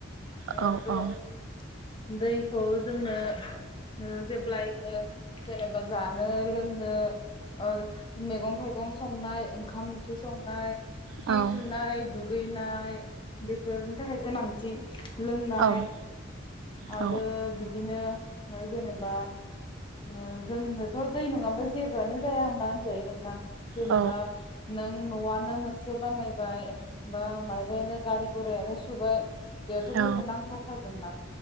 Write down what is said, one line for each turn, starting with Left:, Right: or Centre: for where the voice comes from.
Left: ओ
Right: औ
Left: थ'
Right: औ
Left: दैखौ जोंनो ओ जेब्लाय जेनेबा जानो लों नों ओ मैगं थाइगं संनाय ओंखाम ओंख ओंख्रि संनाय सि
Right: औ
Left: सुनाय दुगैनाय बेफोरनि थाखाय गोनांथि लोंनाय
Right: औ
Left: आरो
Right: औ
Left: बिदिनो जेनेबा ओ जोंनोथ' दै नङाबा जेबोआनो जाया होनना होनजायो नोंथां। जेनेबा
Right: औ
Left: न'आनो मोनसे बानायबाय बा माबायानो गारि गुरायानो सुबाय बेयावथ'
Right: औ
Left: दैखौ नांथारथागोन ना